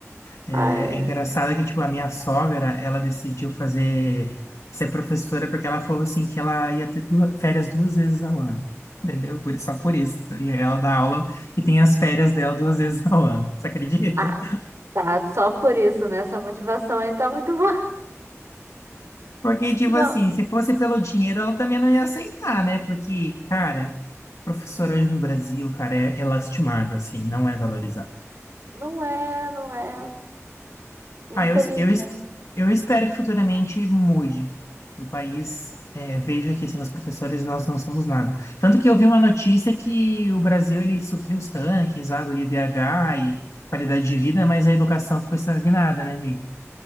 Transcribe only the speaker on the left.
É,
é engraçado
que, tipo, a minha sogra, ela decidiu fazer, ser professora porque ela falou, assim, que ela ia ter duas, férias duas vezes ao ano, entendeu? Por, só por isso. E aí ela dá aula e tem as férias dela duas vezes ao ano, você acredita?
Porque, tipo
assim, se fosse pelo dinheiro, ela também não ia aceitar, né? Porque, cara, professor hoje no Brasil, cara, é, é lastimável, assim, não é valorizado.
Ah,
eu, es- eu, es- eu espero que futuramente mude, que o país eh, veja que sem os professores nós não somos nada. Tanto que eu vi uma notícia que o Brasil ele subiu os rankings lá do IDH e qualidade de vida, mas a educação ficou estagnada, né, amiga?